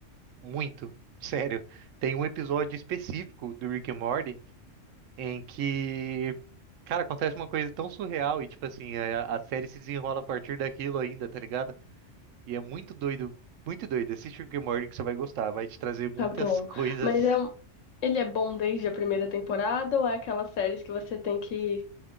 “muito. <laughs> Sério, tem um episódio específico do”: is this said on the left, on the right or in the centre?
Right